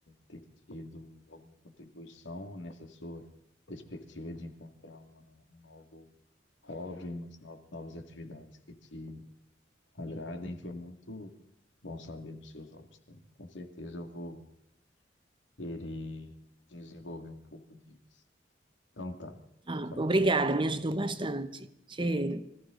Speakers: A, on the left; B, on the right.
A: ter tido alguma contribuição nessa sua perspectiva de encontrar uma, no- um novo hobby, umas no- novas atividades que te agradem. Foi muito bom saber dos seus hobbies também. Com certeza eu vou querer desenvolver um pouco deles. Então tá.
B: Ah,
A: Tchau,
B: obrigada,
A: tchau.
B: me ajudou bastante. Cheiro.